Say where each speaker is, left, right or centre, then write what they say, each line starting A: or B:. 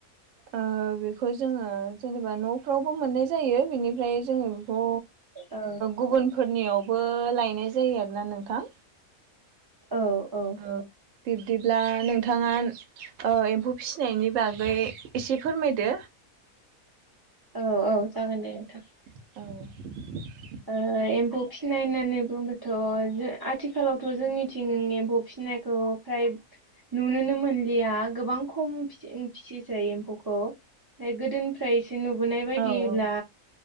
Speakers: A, on the right; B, on the right.
A: ओ बेखौ जोङो जेनेबा न'फ्रावबो मोननाय जायो बिनिफ्राय जोङो बेखौ
B: औ
A: गुबुनफोरनियावबो लायनाय जायो आरोना नोंथां।
B: औ औ
A: ओ बिब्दिब्ला नोंथाङा ओ एम्फौ फिसिनायनि बागै एसे फोरमायदो।
B: औ औ जागोन दे नोंथां।
A: औ
B: ओ एम्फौ फिसिनाय होननानै बुंबाथ' जों आथिखालावथ' जोंनिथिं एम्फौ फिसिनायखौ फ्राय नुनोनो मोनलिया गोबां खम फिसिसै एम्फौखौ फ्राय गोदोनि ओमफ्राय एसे नुबोनाय ओ बायदिब्ला
A: औ औ